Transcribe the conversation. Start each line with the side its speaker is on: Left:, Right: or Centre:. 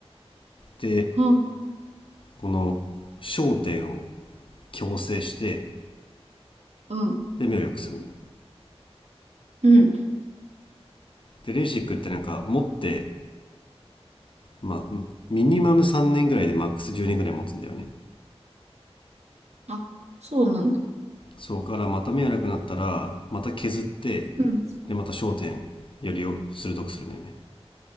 Left: で、
Right: は
Left: この焦点を矯正して、
Right: あ、うん。
Left: で、目を良くするのよ。
Right: うん。
Left: で、レーシックってなんか持って、まあ、うんミニマム3年ぐらいでマックス10年ぐらい持つんだよね。
Right: あ、そうなんだ。
Left: そこからまた目悪くなったら、また削って、
Right: うん。
Left: で、また焦点よりを鋭くするんだよね。